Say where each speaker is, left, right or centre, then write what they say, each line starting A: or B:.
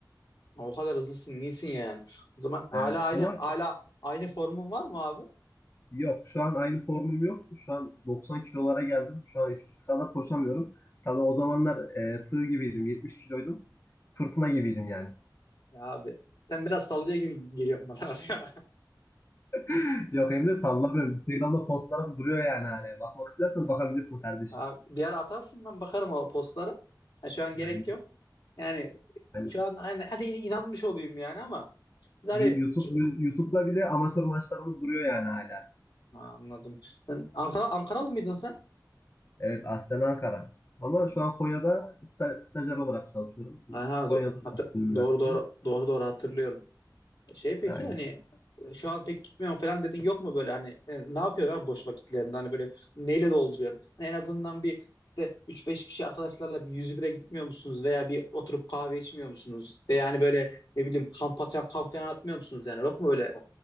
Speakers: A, on the left (about 65°); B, on the left (about 35°).
A: O kadar hızlısın, iyisin yani. O zaman hala
B: Evet.
A: aynı
B: Ama
A: hala aynı formun var mı abi?
B: Yok şu an aynı formum yok. Şu an 90 kilolara geldim. Şu an eskisi kadar koşamıyorum. Tabii o zamanlar e, tığ gibiydim. 70 kiloydum. Fırtına gibiydim yani.
A: Ya abi sen biraz sallıyor gibi geliyor bana var ya.
B: <laughs> Yok Emre sallamıyorum. Instagram'da postlarım duruyor yani hani. Bakmak istersen bakabilirsin
A: <laughs>
B: kardeşim.
A: Abi, bir ara atarsın ben bakarım o postları. Ha, şu an
B: Yani
A: gerek yok. Yani
B: hani
A: Şu an hani hadi inanmış olayım yani ama yani
B: Yu- YouTube
A: şu-
B: YouTube'da bile amatör maçlarımız duruyor yani hala.
A: Ha, anladım. Sen Ankara Ankaralı mıydın sen?
B: Evet Aslen Ankara. Ama
A: Hmm.
B: şu an Konya'da sta- stajyer olarak çalışıyorum.
A: Aha,
B: Konya'da
A: do- hatır-
B: üniversite.
A: doğru doğru doğru doğru hatırlıyorum. Şey peki
B: Aynen.
A: hani e, şu an pek gitmiyorum falan dedin yok mu böyle hani e, ne yapıyorsun abi boş vakitlerinde hani böyle neyle dolduruyorsun? Hani en azından bir işte üç beş kişi arkadaşlarla bir 101'e gitmiyor musunuz veya bir oturup kahve içmiyor musunuz? Veya hani böyle ne bileyim kamp atan kamp falan atmıyor musunuz yani yok mu böyle